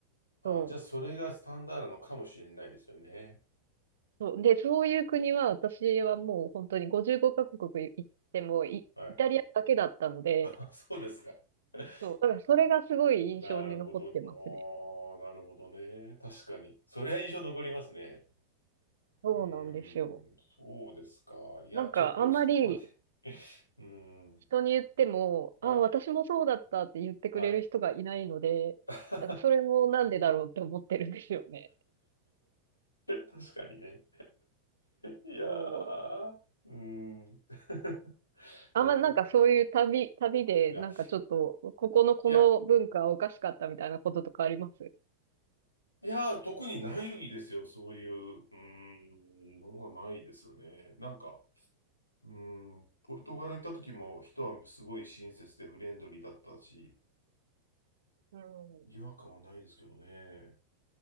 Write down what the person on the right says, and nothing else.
そ
う。そう。で、そういう国は私はもう本当に55カ国行ってもイ、
イタリアだけだったので、
そう。だからそれがすごい印象に残ってますね。
そうなんですよ。
なんかあんまり
人に言っても、
ああ、私もそうだったって言ってくれる人がいないので、
なんかそれもなんでだろうって思ってるんですよね。
そう。
あんまなんかそういう旅、
旅でなんかちょっと、
ここのこの文化はおかしかったみたいなこととかあります
うん。